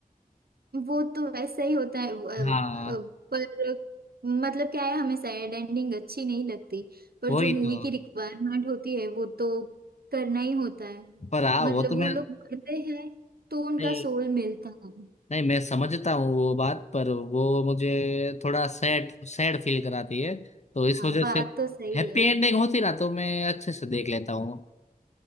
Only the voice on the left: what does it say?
हाँ
वही
तो
पर हाँ
वो तो मैं
नहीं
नहीं मैं समझता हूँ वो बात पर वो मुझे थोड़ा सैड सैड फील कराती है तो इस
वजह
से
हैप्पी
एंडिंग होती ना तो मैं अच्छे से देख लेता हूँ